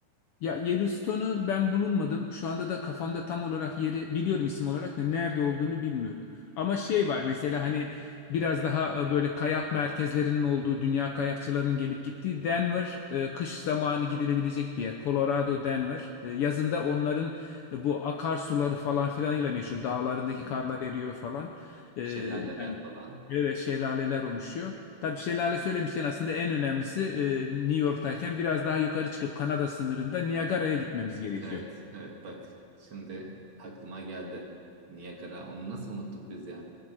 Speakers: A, on the left; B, on the right.
A: Ya Yellowstone'u ben bulunmadım. Şu anda da kafamda tam olarak yeri biliyorum isim olarak da nerede olduğunu bilmiyorum. Ama şey var mesela hani biraz daha e, böyle kayak merkezlerinin olduğu, dünya kayakçılarının gelip gittiği Denver e, kış zamanı gidilebilecek bir yer. Colorado Denver. E, Yazında onların e, bu akarsuları falan filanıyla meşhur. Dağlarındaki
B: Hmm,
A: karlar eriyor falan. E,
B: Şelaleler
A: Yani
B: falan.
A: böyle şelaleler oluşuyor. Tabii şelale söylemişken aslında en önemlisi e, New York'tayken biraz daha yukarı çıkıp Kanada sınırında Niagara'ya gitmemiz gerekiyor.
B: Evet, evet bak şimdi aklıma geldi. Niagara. Onu nasıl unuttuk biz ya?